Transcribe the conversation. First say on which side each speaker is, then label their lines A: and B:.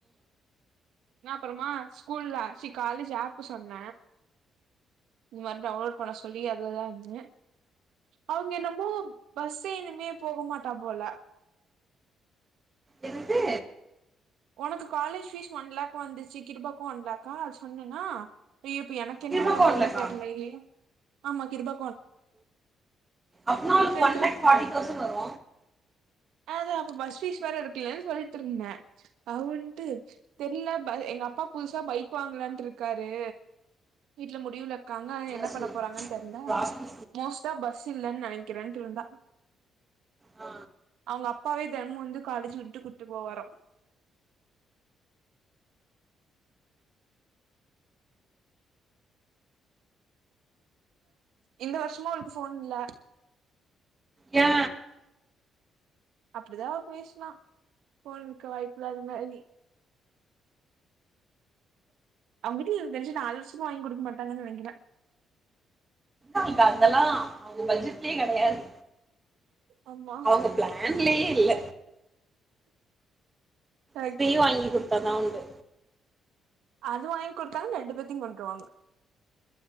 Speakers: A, on the right (about 80°); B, on the right (about 20°).
A: நா அப்புறமா ஸ்கூல்ல சி காலேஜ் ஆப் சொன்னே இந்த மாரி டவுன்லோட் பண்ண சொல்லி அதுதான்னு அவுங்க என்னமோ பஸ் எதுமே போக மாட்டா போல
B: என்னது
A: உனக்கு காலேஜ் ஃபீஸ் ஒன் லேக் வந்துச்சி கிரபாக்கோ ஒன் லேக்கா ஆ சொன்னேன்னா அய்யோ இப்ப எனக்கு
B: திரும்பக்கோண்டலக்கா
A: என்ன வர போதோ தெரிலயே ஆமா கிர்பா
B: அப்பணாளுக்கு
A: ரெண்டு
B: ஒன்லாக் ஃபாட்டிதௌசண்ட் வரு
A: அதா அப்ப பஸ்ஃபீஸ்வர இருக்குல்லன்னு சொல்லிட்டு இருந்தே அவரு வந்துட்டு தெரியல எங்க அப்பா புதுசா பைக் வாங்கலான்ட்டு இருக்காரு வீட்டுல முடிவுல இருக்காங்க
B: இந்த
A: என்ன பண்ண போறாங்கன் தெரில
B: ராக்கி
A: மோஸ்டா பஸ் இல்லன்னு நெனைக்கிறேன்ட்ருந்தா
B: ஆ.
A: அவங்க அப் அப்பாவே தினமு வந்து காலேஜு விட்டு கூட்டு போவாரா இந்த வருஷமு அவளுக்கு ஃபோன் இல்ல
B: யா
A: அப்படிதா அவ பேசுனா ஃபோன் குடுக்க வாய்ப்புல்ல அது மாரி அவங்கிட்ட எனக்கு தெரிஞ்சி நாலுசவருசமா வாங்கி கொடுக்க மாட்டாங்கன்னு நனைக்குறே
B: இருக்கா அதெல்லா அவங்க பட்ஜெட்லே கெடையாது
A: ஆமா
B: அவங்க பிளான்லயே இல்ல
A: கரெக்ட்டு
B: ஸ்பி வாங்கி கொடு பன்னா உண்டு
A: அது வாங்கி கொடுத்தாலு ரெண்டு பேத்தையு கொண்டுருவாங்க